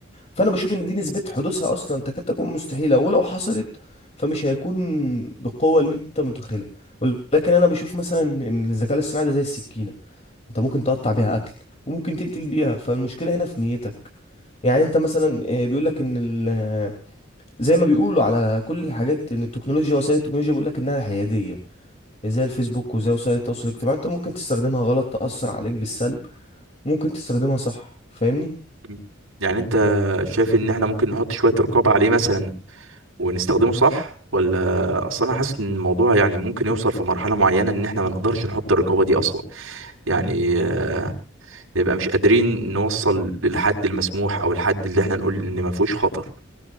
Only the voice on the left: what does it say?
فانا بشوف ان دي نسبة حدوثها اصلا تكاد تكون مستحيلة ولو حصلت فمش هيكون بالقوة اللي انت متخيلها ولكن انا بشوف مثلا ان الذكاء الاصطناعي ده زي السكينة انت ممكن تقطع بيها اكل وممكن تقتل بيها فالمشكلة هنا في نيتك يعني انت مثلا آه، بيقول لك ان ال زي ما بيقولوا على كل الحاجات ان التكنولوجيا وسائل التكنولوجيا بيقول لك انها حياديه زي الفيسبوك وزي وسائل التواصل الاجتماعي انت ممكن تستخدمها غلط تاثر عليك بالسلب ممكن تستخدمها صح فاهمني